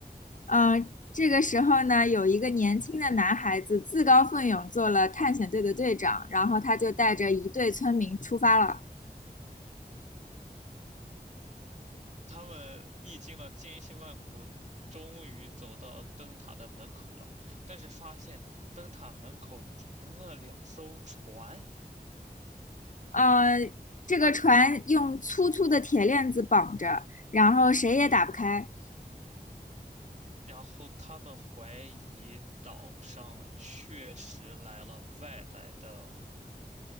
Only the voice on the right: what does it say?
他们历经了千辛万苦，终于走到灯塔的门口了，但是发现灯塔门口停了两艘船，
然后他们怀疑岛上确实来了外来的